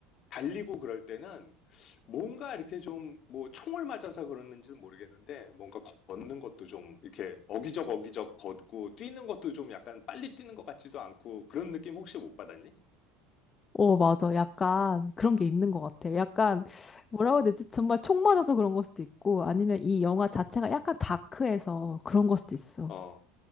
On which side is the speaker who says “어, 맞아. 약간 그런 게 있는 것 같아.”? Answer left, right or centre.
Left